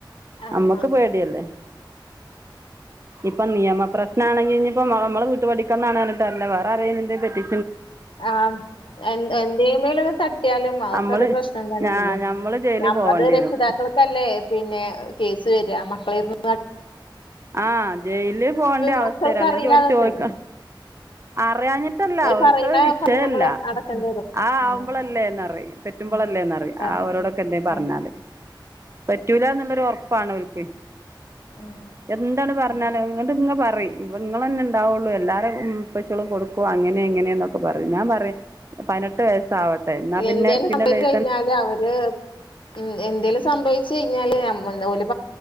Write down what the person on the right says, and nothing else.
നമ്മക്ക്
പേടല്ലേ
ഇപ്പൊ നിയമപ്രശ്ന ആണെങ്കിൽ ഇഞ്ഞിപ്പോ നമ്മള വീട്ടു പഠിക്കുന്നണാനിട്ട അല്ല വേറെ അറിയുന്ന പറ്റി
നമ്മള്
ഞാ ഞമ്മള് ജയില്
പോവേണ്ടി
വരും
ആഹ ജയില് പോകണ്ട അവസ്ഥരാ
അല്ലെങ്കി
അവര്
ചോദിക്കാ അറിയഞ്ഞിട്ടല്ല
അവർക്ക്
വിഷയല്ല
ആ ആവുമ്പോളല്ലേന്ന്
അറിയും പറ്റുമ്പോൾല്ലേന്ന്റിയാം
അവരോടൊക്കെ
എന്തെും പറഞ്ഞാല്
പറ്റൂല എന്നുള്ളൊരു ഉറപ്പാണ് ഓക്കെ
എന്താണ് പറഞ്ഞാലേ ഇങ്ങ് ഇങ്ങ പറയും ഇ നിങ്ങ തന്നെ ഉണ്ടാവുള്ളൂ എല്ലാരും ഉപ്പച്ചോളൂ കൊടുക്കുവോ അങ്ങനെ ഇങ്ങനെയക്കെ പറ ഞാൻ പറയും പതിനെട്ട് വയസ്സ ആാവട്ടെ എന്നാ
പിന്നെ പിന്നെ
ലൈസൻസ്